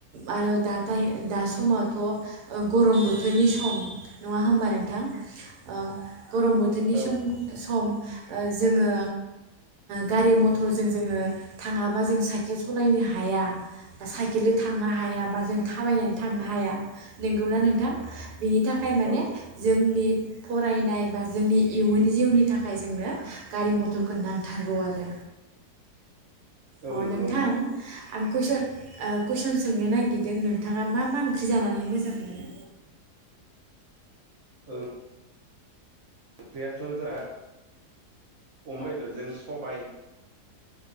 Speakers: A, on the right (about 75°); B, on the right (about 55°).
A: आरो दाथाइ दा समावथ' ओ गरम बोथोरनि सम नङा होमबा नोंथां ओ गरम बोथोरनि
B: औ
A: सम सम ओ जोङो गारि मथरजों जोङो थाङाबा जों साइकेल सालायनो हाया बा साइकेलजों थांनो हाया बा जों थाबायनानै थांनो हाया नोंगौना नोंथां? बिनि थाखाय माने
B: औ
A: जोंनि फरायनाय बा जोंनि इयुन जिउनि थाखाय जोंनो गारि मथरखौ नां थारगौ आरो
B: औ
A: अ'
B: नंगौ
A: नोंथां
B: नंगौ
A: आं कुइसन ओ कुइसन सोंनो नागिरदों नोंथाङा मा मा ओंख्रि जानानै मोजां मोनो?
B: ओं ओंख्रियाथ' जोंहा अमा बेदरजों, सबाय